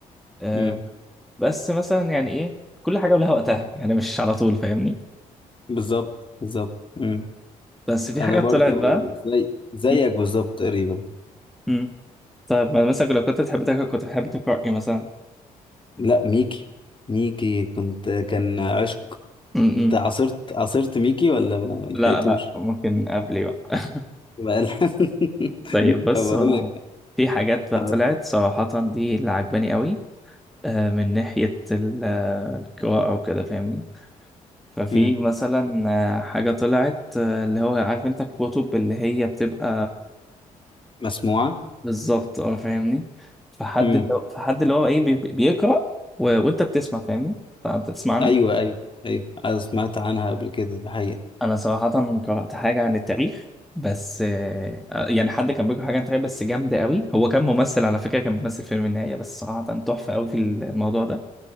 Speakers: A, in the centre; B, on the left.
A: آه،
B: م.
A: بس مثلا يعني ايه كل حاجه ولها وقتها يعني مش على طول فاهمني
B: بالظبط بالظبط م.
A: بس في
B: انا
A: حاجه
B: برضو
A: طلعت بقى
B: زي زيك
A: مم.
B: بالظبط تقريبا
A: مم. طيب ما مثلا لو كنت بتحب تقرا كنت بتحب تقرا ايه مثلا
B: لا ميكي ميكي كنت كان عشق
A: مم. مم.
B: انت عاصرت عاصرت ميكي ولا ما ما لحقتوش
A: لا لا ممكن قبلي بقى <laughs>
B: بقى لا. <laughs>
A: طيب بص
B: طب اقول
A: هو
B: لك
A: في حاجات بقى
B: اه
A: طلعت صراحة دي اللي عجباني قوي آه، من ناحية ال- آه، القراءة وكده فاهمني ففي
B: مم.
A: مثلا آه، حاجة طلعت آه، اللي هو عارف انت الكتب اللي هي بتبقى
B: مسموعة
A: بالظبط اه فاهمني فحد
B: امم
A: اللي هو فحد اللي هو ايه بي- بيقرأ و... وانت بتسمع فاهمني فانت تسمعنا
B: ايوه ايوه ايوه أنا سمعت عنها قبل كده ده حقيقة
A: انا صراحه قرات حاجه عن التاريخ بس آه، يعني حد كان بيقرا حاجه عن التاريخ بس جامده قوي هو كان ممثل على فكره كان بيمثل فيلم النهايه بس صراحه تحفه قوي في الموضوع ده